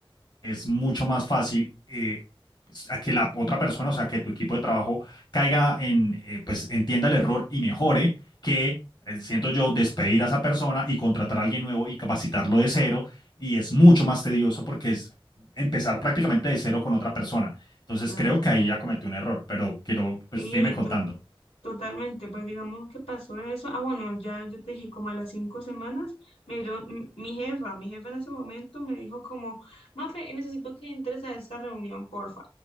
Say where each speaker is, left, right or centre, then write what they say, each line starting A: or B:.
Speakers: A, on the left; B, on the left.
A: es mucho más fácil eh, pues, a que la otra persona, o sea, que tu equipo de trabajo caiga en, eh, pues entienda el error y mejore, que eh, siento yo despedir a esa persona y contratar a alguien nuevo y capacitarlo de cero, y es mucho más tedioso porque es empezar prácticamente de cero con otra persona. Entonces
B: Claro.
A: creo que ahí ya cometí un error, pero quiero, pues
B: sí,
A: sígueme contando.
B: Totalmente, pues digamos que pasó eso. Ah, bueno, ya yo te dije, como a las cinco semanas, me dieron, m- mi jefa, mi jefa en ese momento me dijo como, Mafe, necesito que entres a esta reunión, porfa.